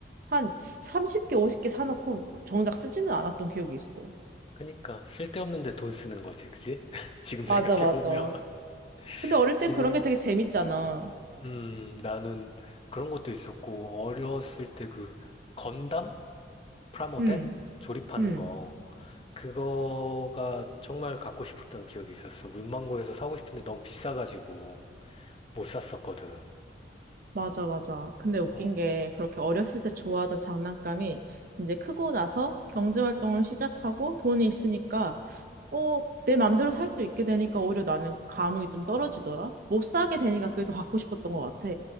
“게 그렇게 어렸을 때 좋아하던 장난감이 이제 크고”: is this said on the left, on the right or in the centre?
Right